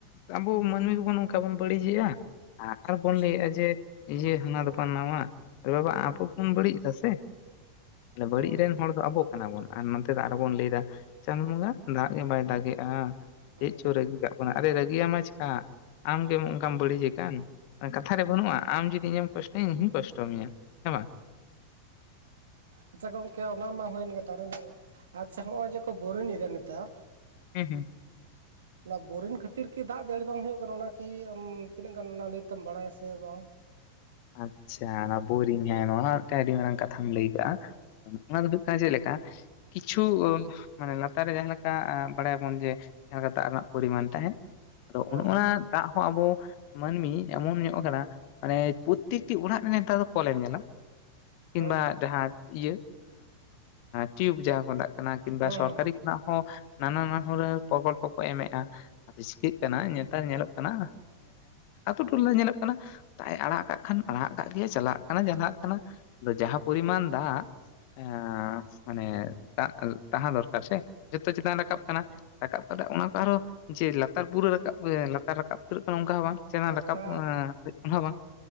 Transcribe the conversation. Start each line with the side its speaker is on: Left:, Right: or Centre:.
Left: ᱟᱵᱚ ᱢᱟᱹᱱᱢᱤ ᱠᱚ ᱵᱚᱱ ᱱᱚᱝᱠᱟ ᱵᱚᱱ ᱵᱟᱹᱲᱤᱡᱮᱜᱼᱟ ᱟᱨ ᱵᱚᱱ
Right: ᱦᱩᱸ
Left: ᱞᱟᱹᱭᱮᱜᱼᱟ ᱡᱮ ᱤᱭᱟᱹ ᱦᱟᱱᱟ ᱫᱚ ᱱᱟᱣᱟ ᱟᱵᱚ ᱵᱚᱱ ᱵᱟᱹᱲᱤᱡ ᱫᱟ ᱥᱮ ᱵᱟᱹᱲᱤᱡ
Right: ᱦᱩᱸ
Left: ᱨᱮᱱ ᱦᱚᱲ ᱫᱚ ᱟᱵᱚᱼᱼ ᱠᱟᱱᱟ ᱵᱚᱱ ᱟᱨ ᱱᱚᱛᱮ ᱫᱚ ᱟᱨᱚ ᱵᱚᱱ ᱞᱟᱹᱭᱫᱟ ᱪᱟᱸᱫᱩ ᱵᱚᱸᱜᱟ ᱫᱟᱜ ᱜᱮ ᱵᱟᱭ ᱫᱟᱜᱮᱜᱼᱟ ᱪᱮᱜ
Right: ᱦᱩᱸ
Left: ᱪᱚ ᱨᱟᱹᱜᱤ ᱠᱟᱜ ᱵᱚᱱᱟ ᱟᱨ ᱨᱟᱹᱜᱤᱭᱟᱢᱟ ᱪᱮᱠᱟ ᱟᱢ ᱜᱮᱢ ᱚᱱᱠᱟᱢ ᱵᱟᱹᱲᱤᱡ ᱮ ᱠᱟᱱ ᱠᱟᱛᱷᱟ ᱨᱮ ᱵᱟᱹᱱᱩᱜᱼᱟ ᱟᱢ ᱡᱩᱫᱤ ᱤᱧᱮᱢ ᱠᱚᱥᱴᱚᱼᱼ ᱤᱧ ᱦᱩᱧ ᱠᱚᱥᱴᱚ ᱢᱮᱭᱟ ᱦᱮᱸ ᱵᱟᱝ
Right: ᱟᱪᱪᱷᱟ ᱜᱚᱝᱠᱮ ᱚᱱᱟ ᱢᱟ ᱦᱩᱭ ᱮᱱ ᱜᱮ <unintelligible> ᱟᱪᱪᱷᱟ ᱦᱚᱸᱜᱼᱚᱭ ᱡᱮ ᱵᱚᱨᱤᱝ ᱮᱫᱟ ᱱᱮᱛᱟᱨ
Left: ᱦᱮᱸ ᱦᱮᱸ
Right: ᱚᱱᱟ ᱵᱳᱨᱤᱝ ᱠᱷᱟᱹᱛᱤᱨ ᱠᱤ ᱫᱟᱜ ᱡᱟᱹᱲᱤ ᱵᱟᱝ ᱦᱩᱭᱩᱜ ᱠᱟᱱᱟ ᱚᱱᱟ ᱠᱤ ᱟᱢ ᱛᱤᱱᱟᱹᱜ ᱜᱟᱱ ᱚᱱᱟ ᱞᱟᱹᱭ ᱛᱮᱢ ᱵᱟᱲᱟᱭᱟ ᱥᱮ ᱵᱟᱝ᱾
Left: ᱟᱪᱪᱷᱟ ᱚᱱᱟ ᱵᱳᱨᱤᱝ ᱦᱮᱸ ᱱᱚᱣᱟ ᱢᱤᱫᱴᱮᱡ ᱟᱹᱰᱤ ᱢᱟᱨᱟᱝ ᱠᱟᱛᱷᱟᱢ ᱞᱟᱹᱭ ᱠᱟᱜ-ᱟ ᱚᱱᱟ ᱫᱚ ᱦᱩᱭᱩᱜ ᱠᱟᱱᱟ ᱪᱮᱫ ᱞᱮᱠᱟᱼᱼ ᱠᱤᱪᱷᱩ ᱢᱟᱱᱮ ᱞᱟᱛᱟᱨ ᱨᱮ ᱡᱟᱦᱟᱸ ᱞᱮᱠᱟ ᱵᱟᱲᱟᱭ ᱟᱵᱚᱱ ᱡᱮ, ᱡᱟᱸᱦᱟ ᱞᱮᱠᱟ ᱫᱟᱜ ᱨᱮᱱᱟᱜ ᱯᱚᱨᱤᱢᱟᱱ ᱛᱟᱸᱦᱮᱱ᱾ ᱟᱫᱚ
Right: ᱦᱩᱸ
Left: ᱚᱱ ᱚᱱᱟ ᱫᱟᱜ ᱦᱚᱸ ᱟᱵᱚ ᱢᱟᱹᱱᱢᱤ ᱮᱢᱚᱱ ᱧᱚᱜ ᱠᱟᱱᱟ ᱢᱟᱱᱮᱼᱼ ᱯᱨᱚᱠᱛᱤᱴᱤ ᱚᱲᱟᱜ ᱢᱟᱱᱮ ᱱᱮᱛᱟᱨ ᱫᱚ ᱠᱚᱞᱮᱢ ᱧᱮᱞᱟ ᱠᱤᱱᱵᱟ
Right: ᱦᱩᱸ
Left: ᱡᱟᱸᱦᱟᱸ ᱤᱭᱟᱹ ᱴᱤᱭᱩᱵᱽ ᱡᱟᱸᱦᱟ ᱠᱚ ᱢᱮᱛᱟᱜ ᱠᱟᱱᱟ ᱠᱤᱱᱵᱟ
Right: ᱦᱩᱸ
Left: ᱥᱚᱨᱠᱟᱨᱤᱼᱼ <unintelligible> ᱱᱟᱱᱟ ᱱᱟᱱᱟ ᱦᱩᱱᱟᱹᱨ ᱯᱨᱚᱠᱚᱞᱯᱚ ᱠᱚ ᱮᱢᱮᱜ-ᱟ ᱟᱫᱚ ᱪᱤᱠᱟᱹᱜ ᱠᱟᱱᱟ ᱱᱮᱛᱟᱨ ᱧᱮᱞᱚᱜ ᱠᱟᱱᱟ ᱟᱹᱛᱩ ᱴᱚᱞᱟ ᱧᱮᱞᱚᱜ ᱠᱟᱱᱟ ᱛᱟᱭᱟᱜ ᱮ ᱟᱲᱟᱜ ᱠᱟᱜ ᱠᱷᱟᱱ ᱟᱲᱟᱜ ᱠᱟᱜ ᱜᱮᱭᱟ ᱪᱟᱞᱟᱜ ᱠᱟᱱᱟ ᱡᱟᱱᱦᱟᱸᱜ
Right: ᱦᱩᱸ
Left: ᱠᱟᱱᱟ᱾ ᱟᱫᱚ ᱡᱟᱸᱦᱟ ᱯᱚᱨᱤᱢᱟᱱ ᱫᱟᱜ ᱮ ᱢᱟᱱᱮ ᱛᱟᱸᱦᱮ ᱫᱚᱨᱠᱟᱨ ᱥᱮᱼᱼ ᱡᱚᱛᱚ ᱪᱮᱛᱟᱱ ᱨᱟᱠᱟᱵ
Right: ᱦᱩᱸ ᱦᱩᱸ
Left: ᱠᱟᱱᱟ᱾ ᱨᱟᱠᱟᱵ ᱠᱟᱫᱟ ᱚᱱᱟ ᱠᱚ ᱟᱨᱦᱚᱸ ᱡᱮ ᱞᱟᱛᱟᱨ ᱯᱩᱨᱟᱹ ᱨᱟᱠᱟᱵ ᱞᱟᱛᱟᱨ ᱨᱟᱠᱟᱵ ᱩᱛᱟᱹᱨᱚᱜ ᱠᱟᱱᱟ ᱚᱝᱠᱟ ᱦᱚᱸ ᱵᱟᱝ
Right: ᱦᱮᱸ
Left: <unintelligible> ᱨᱟᱠᱟᱵ
Right: ᱚᱱᱟ
Left: ᱵᱟᱝ